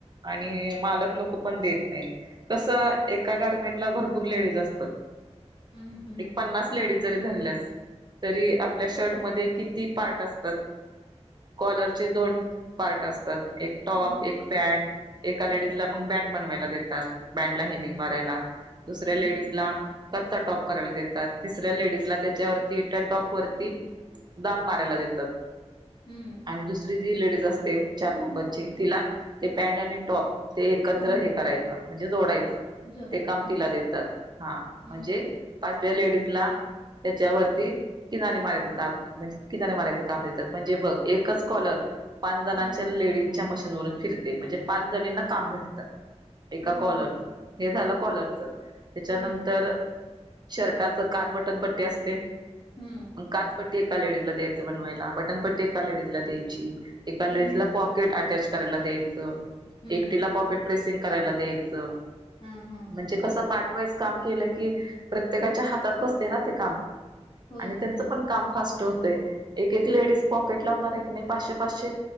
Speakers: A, on the right; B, on the left.
A: आणि मालक लोक पण देत नाहीत. कसं एका गारमेंटला भरपूर लेडीज असतात.
B: हम्म हम्म
A: एक पन्नास लेडीज जरी धरल्यास तरी आप प आपल्या शर्ट मध्ये किती पार्ट असतात कॉलरचे दोन पार्ट असतात, एक टॉप
B: हम्म
A: एक बँन एका लेडीजला
B: हम्म
A: मग बँन बनवायला देतात. बँडला हेमिंग मारायला दुसऱ्या
B: हम्म
A: लेडीज
B: हम्म
A: ला. कच्चा टॉप करायला देतात तिसऱ्या लेडीज ला त्याच्यावरती त्या टॉप वरती दाब मारायला देतात.
B: हम्म
A: आणि दुसरी जी लेडीज असते चार नंबरची तिला ते पॅन्ट आणि टॉप. ते एकत्र
B: हम्म
A: हे करायचं म्हणजे जोडायचं
B: जोडायचं
A: ते काम तिला
B: हा
A: देतात हा
B: हम्म
A: म्हणजे पाचव्या लेडीजला त्याच्यावरती किनारे मारायचे दाब म्हणजे किनारीे मार्यायचं काम देतात म्हणजे बघ एकच कॉलर पाच जणांच्या
B: हम्म
A: लेडीजच्या मशीनवरून फिरते म्हणजे पाच जणींना काम भेटतं. एका
B: हम्म
A: कॉलरच हे झालं कॉलरच त्याच्यानंतर
B: हम्म
A: शर्टाच काज बटनपट्टी असते
B: हम्म
A: मग काज पट्टी एका लेडीज ला द्यायचं बनवायला बटन पटी एका लेडीज ला द्यायची एका लेडीज
B: हम्म
A: ला पॉकेट अटॅच करायला द्यायचं
B: हम्म
A: एकटीला पॉकेट प्र्रेसिंग करायला द्यायचं
B: ह्म ह्म
A: म्हणजे कसं पार्ट वाईज काम केलं की प्रत्येकाच्या हातात बसतंय ना ते काम
B: होय
A: आणि
B: की
A: त्यांचं
B: होय
A: पण काम फास्ट होतंय एक एक लेडीज पॉकेट लावणार आहे की नाही पाचशे पाचशे